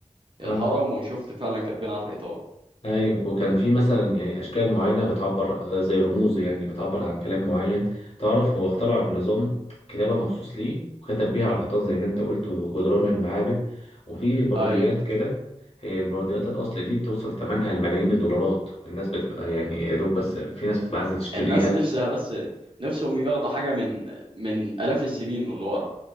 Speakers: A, on the right; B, on the left.
A: الهرم
B: اه
A: وشفت فعلا كاتبين على الحيطان
B: ايوه وكان في مثلا يعني اشكال معينه بتعبر آه، زي رموز يعني بتعبر عن كلام معين تعرف هو اخترع نظام كتابه مخصوص ليه وكتب بيها على الحيطان زي ما انت قلت وجدران المعابد وفي برديات
A: أيوة
B: كده هي البرديات الاصل دي بتوصل ثمنها لملايين الدولارات الناس بتبقى يعني يا دوب بس في ناس بتبقى عايزه تشتريها
A: الناس نفسها بس نفسهم ياخدوا حاجة من من آلاف السنين اللي ورا